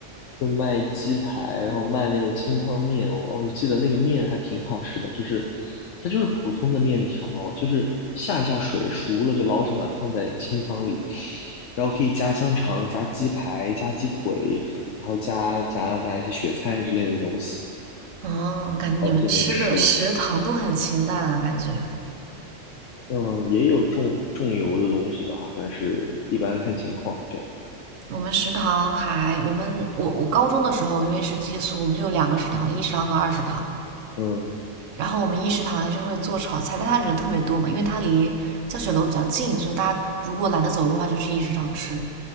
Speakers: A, on the left; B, on the right.
A: 会卖鸡排，然后卖那种清汤面。我我记得那个面还挺好吃的，就是它就是普通的面条，就是下一下水熟了就捞上来放在清汤里，然后可以加香肠、加鸡排、加鸡腿，然后加加加一些雪菜之类的东西。
B: 哦，感觉你们吃的食堂都很清淡啊，
A: 好久没吃了。
B: 感觉。
A: 嗯，也有重重油的东西吧，但是一般看情况这样。
B: 我们食堂还，我们我我高中的时候，因为是寄宿，我们就有两个食堂，
A: 嗯
B: 一食堂和二食堂。
A: 嗯
B: 然后我们一食堂呢就会做炒菜，但他人特别多嘛，因为他离教学楼比较近，所以大家如果懒得走路的话，就去一食堂吃。